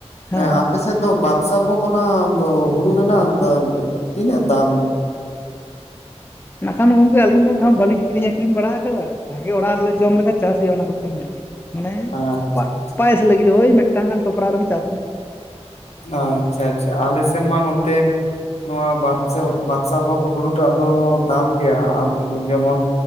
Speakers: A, on the left; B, on the left.
A: ᱦᱮᱸ
B: ᱮᱸᱻ ᱟᱯᱮᱥ ᱥᱮᱫ ᱫᱚ ᱵᱟᱫᱥᱟ ᱵᱷᱚᱜᱽ ᱠᱟᱱᱟ ᱦᱩᱲᱩ ᱨᱮᱱᱟᱜ ᱛᱤᱱᱟᱹᱜ ᱫᱟᱢ?
A: ᱱᱟᱜᱠᱷᱟᱱ ᱜᱚᱝᱠᱮ ᱟᱹᱞᱤᱧ ᱫᱚ ᱦᱟᱸᱜ ᱵᱟᱹᱞᱤᱧ ᱠᱤᱨᱤᱧ ᱟᱹᱠᱷᱨᱤᱧ ᱵᱟᱲᱟ ᱟᱠᱟᱫᱟ, ᱡᱟᱜᱮ ᱚᱲᱟᱜ ᱨᱮᱞᱮ ᱡᱚᱢ ᱞᱮᱠᱟ ᱪᱟᱥ ᱦᱩᱭᱩᱜ-ᱟ ᱚᱱᱟ ᱫᱚ ᱠᱚᱢᱧᱚᱜ ᱜᱮ᱾ ᱢᱟᱱᱮ
B: ᱟᱪᱪᱷᱟ
A: ᱯᱟ
B: ᱟᱪᱪᱷᱟ᱾
A: ᱯᱟᱭᱮᱥ ᱞᱟᱹᱜᱤᱫ ᱦᱳᱭ ᱢᱤᱫᱴᱟᱝ ᱜᱟᱱ ᱴᱚᱯᱨᱟ ᱨᱮᱢ ᱪᱟᱥᱟᱱᱟ᱾
B: ᱟᱪᱪᱷᱟ ᱟᱪᱪᱷᱟ, ᱟᱞᱮ ᱥᱮᱱ ᱢᱟ ᱱᱚᱛᱮ ᱱᱚᱣᱟ ᱵᱟᱫᱥᱟ, ᱵᱟᱫᱥᱟ ᱵᱷᱚᱜᱽ ᱦᱩᱲᱩᱴᱟᱜ ᱫᱚ ᱫᱟᱢ ᱜᱮᱭᱟ᱾ ᱡᱮᱢᱚᱱ